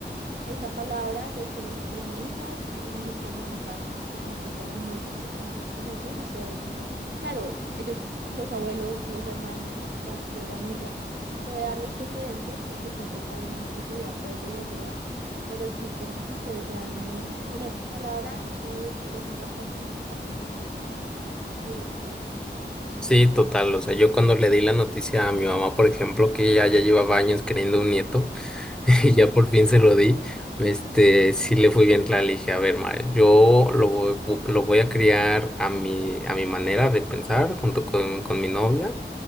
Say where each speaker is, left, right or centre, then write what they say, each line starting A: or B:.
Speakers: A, on the right; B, in the centre.
A: esa palabra de que es mi hijo y mi forma de educar, como que siempre sean muy persistentes con eso y no se dejen, claro, ellos, los abuelos, los hermanos, cualquier amigo puede darles sugerencias porque siempre está bien recibir apoyo y ayuda, pero sí como que ustedes sean muy, poner su palabra y decir, esta es la forma en que criamos a nuestros hijos y estar seguros de eso.
B: Sí, total. O sea, yo cuando le di la noticia a mi mamá, por ejemplo, que ella ya llevaba años queriendo un nieto, <laughs>
A: Ujú,
B: y ya por fin se lo di, este, sí le fui bien clara, le dije, a ver, ma, yo lo voy, lo voy a criar a mi, a mi manera de pensar, junto con, con mi novia.